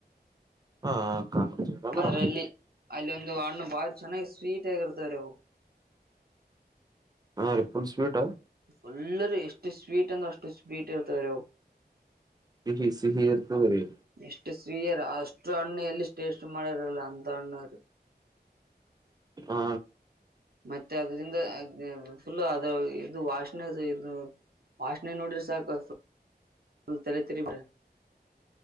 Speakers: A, on the right (about 25°); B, on the right (about 65°).
A: ಹಾ ಕಾಂಗ್ರೆಸ್ ಗಿಡ ಅಂದ್ರ
B: ಅದರಲ್ಲಿ ಅಲ್ಲಿ ಒಂದು ಹಣ್ಣು ಬಾರಿ ಚೆನ್ನಾಗಿ ಸ್ವೀಟ್ ಆಗಿರುತ್ತೆ ತ್ತರೋ
A: ಹಾ ರರಿ ಪುಲ್ಸ್ೀಟ
B: ಫುಲ್ಲರ್ ಇಷ್ಟ ಸ್ವೀಟ್ ಅಂತ ಅಷ್ಟ ಸ್ವೀಟ್ ಎರ್ತವರೋ
A: ಸಿಹಿ ಸಿಹಿ ಇರ್ತದ್ರಿ
B: ಎಷ್ಟು ಸ್ವೀಯರ್ ಅಷ್ಟು ಅಣ್ಣ ಎಲ್ಲಿ ೇಸ್ಟ್ ಮಾಡಾರ ಅಲ್ಲ ಅಂತ ಅ್ಣ
A: ಹಾ
B: ಮತ್ತೆ ಅದರಿಂದ ಫುಲ್ ಅದ ಇದು ವಾಷನೆ ಇದು ವಾಷನೆ ನೋಡ್ರ ಸಾಕು ಹ ತಲೆ ತಿರಿಬ್ರ